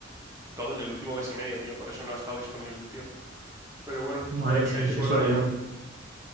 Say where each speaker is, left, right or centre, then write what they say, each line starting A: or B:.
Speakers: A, on the right; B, on the right.
A: todo en el último mes y medio, tío. Por eso no ha estado disponible el tío. Pero bueno,
B: Madre
A: a ver
B: mía,
A: si hay suerte
B: qué casualidad.
A: y
B: ¿no?